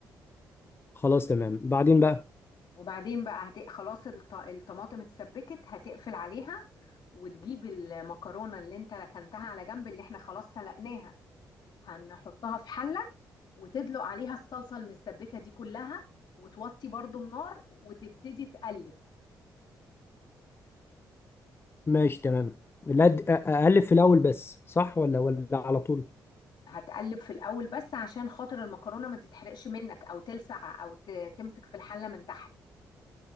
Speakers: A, on the left (about 30°); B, on the left (about 65°).
A: خلاص تمام بعدين بقى
B: وبعدين بقى هت... خلاص الط... الطماطم اتسبكت هتقفل عليها وتجيب المكرونه اللي انت ركنتها على جنب اللي احنا خلاص سلقناها هنحطها في حله وتدلق عليها الصلصة المسبكة دي كلها وتوطي برضو النار وتبتدي تقلب
A: ماشي تمام لا د- أ- اقلب في الاول بس صح ولا ولا على طول
B: هتقلب في الأول بس عشان خاطر المكرونة ما تتحرقش منك أو تلسع أو ت- تمسك في الحلة من تحت